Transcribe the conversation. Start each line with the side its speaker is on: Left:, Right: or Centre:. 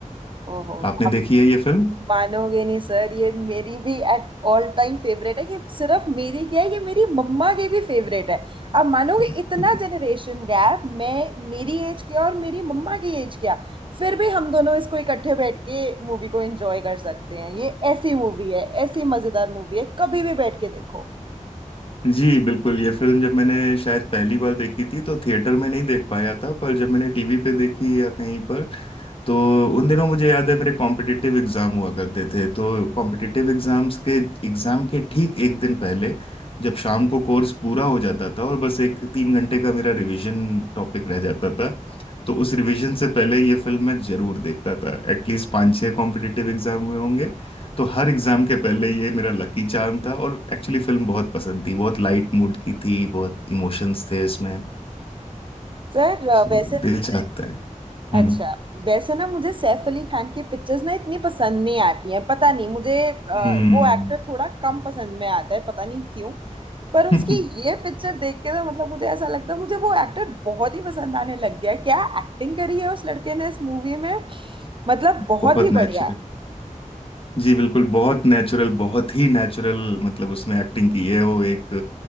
Right: ओहो
Left: आपने
Right: आप
Left: देखी है ये फिल्म
Right: मानोगे नहीं सर ये मेरी भी एट ऑल टाइम फेवरेट है ये सिर्फ मेरी क्या है ये मेरी मम्मा की भी फेवरेट है अब मानोगे
Left: <laughs>
Right: इतना जनरेशन गैप मैं मेरी एज क्या और मेरी मम्मा की एज क्या फिर भी हम दोनों इसको इकट्ठे बैठ के मूवी को एंजॉय कर सकते हैं ये ऐसी मूवी है ऐसी मजेदार मूवी है कभी भी बैठ के देखो
Left: जी बिल्कुल ये फिल्म जब मैंने शायद पहली बार देखी थी तो थिएटर में नहीं देख पाया था पर जब मैंने टीवी पे देखी या कहीं पर तो उन दिनों मुझे याद है मेरे कॉम्पिटिटिव एग्जाम हुआ करते थे तो कॉम्पिटिटिव एग्जाम्स के एग्जाम के ठीक एक दिन पहले जब शाम को कोर्स पूरा हो जाता था और बस एक तीन घंटे का मेरा रिवीजन टॉपिक रह जाता था तो उस रिवीजन से पहले ये फिल्म मैं जरूर देखता था एटलीस्ट पाँच छः कॉम्पिटिटिव एग्जाम हुए होंगे तो हर एग्जाम के पहले ये मेरा लकी चार्म था और एक्चुअली फिल्म बहुत पसंद थी बहुत लाइट मूड की थी बहुत इमोशंस थे इसमें
Right: सर
Left: तो
Right: वैसे ना
Left: दिल चाहता है
Right: अच्छा
Left: हम्म
Right: वैसे ना मुझे सैफ अली खान की पिक्चर्स ना इतनी पसंद नहीं आती हैं पता नहीं मुझे अ,
Left: हम्म
Right: वो एक्टर थोड़ा कम पसंद में आता है पता नहीं क्यों पर उसकी
Left: <laughs>
Right: ये पिक्चर देख के तो मतलब मुझे ऐसा लगता है मुझे वो एक्टर बहुत ही पसंद आने लग गया क्या एक्टिंग करी है उस लड़के ने इस मूवी में मतलब बहुत
Left: बहुत
Right: ही
Left: नेचुरल
Right: बढ़िया
Left: जी बिल्कुल बहुत नेचुरल बहुत ही नेचुरल मतलब उसमें एक्टिंग की है वो एक